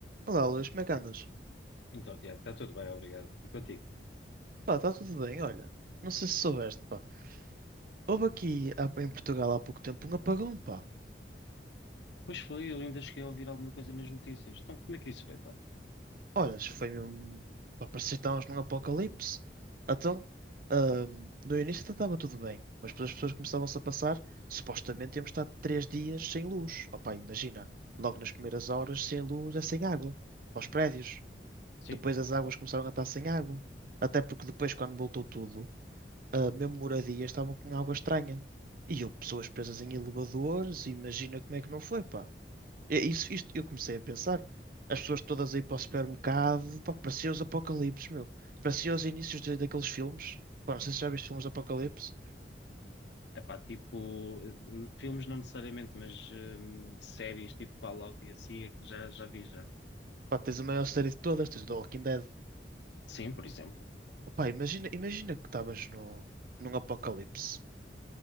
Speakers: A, on the right (about 50°); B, on the left (about 80°).
A: Olá, Luís, como é que andas?
B: Então, Tiago, está tudo bem, obrigado. E contigo?
A: Pá, está tudo bem, olha. Não sei se soubeste, pá. Houve aqui há- em Portugal há pouco tempo um apagão, pá.
B: Pois foi, eu ainda cheguei a ouvir alguma coisa nas notícias. Então, como é que isso foi, pá?
A: Olha, isso foi mesmo. Pá, parecia que estávamos num apocalipse. Então, ahm, no início até estava tudo bem, mas depois as pessoas começavam-se a passar. Supostamente íamos estar três dias sem luz. Oh, pá, imagina. Logo nas primeiras horas, sem luz é sem água. Para os prédios.
B: Sim?
A: Depois as águas começaram a estar sem água. Até porque depois, quando voltou tudo. ah, mesmo moradias, estavam com água estranha. E eu, pessoas presas em elevadores, imagina como é que não foi, pá. É Isso, isto, eu comecei a pensar. As pessoas todas aí para o supermercado, pá, parecia os apocalipses, meu. Parecia os inícios de- daqueles filmes. Pá, não sei se já viste filmes de apocalipse.
B: É pá, tipo, eh, n- filmes não necessariamente, mas hum, séries tipo Fallout e assim, é que já, já vi já.
A: Pá, tens a maior série de todas, tens o The Walking Dead.
B: Sim, por exemplo.
A: Pá, imagina, imagina que estavas no, num apocalipse.